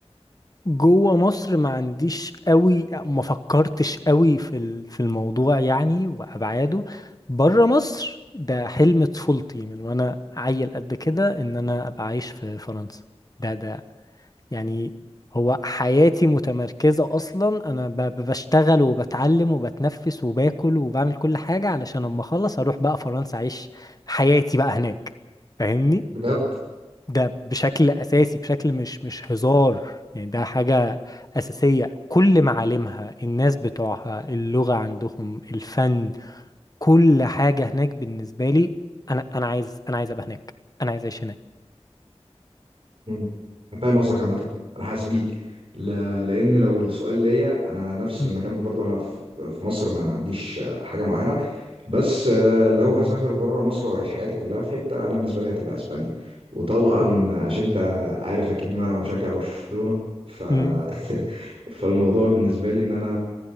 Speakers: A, on the left; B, on the right.
A: جوه مصر ما عنديش قوي أو ما فكرتش قوي في ال- في الموضوع يعني وابعاده بره مصر ده حلم طفولتي من وانا عيل قد كده ان انا ابقى عايش في فرنسا ده ده يعني هو حياتي متمركزة اصلا انا ب- ب- بشتغل وبتعلم وبتنفس وباكل وبعمل كل حاجة علشان اما اخلص اروح بقى فرنسا اعيش حياتي بقى هناك فاهمني
B: بجد
A: ده بشكل اساسي بشكل مش مش هزار يعني ده حاجة أساسية كل معالمها الناس بتوعها اللغة عندهم الفن كل حاجة هناك بالنسبة لي أنا أنا عايز أنا عايز أبقى هناك أنا عايز أعيش هناك
B: مم. أنا فاهم قصدك عامة أنا حاسس بيك ل... لأن لو السؤال ليا أنا نفس
A: مم.
B: المكان برضه أنا في... في مصر ما عنديش آه، حاجة معينة بس آه، لو هسافر بره مصر وأعيش حياتي كلها في حتة أنا بالنسبة لي هتبقى أسبانيا وطبعا
A: مم.
B: عشان أنت عارف أكيد إن أنا مشجع برشلونة ف...
A: مم.
B: <laughs> فالموضوع بالنسبة لي إن أنا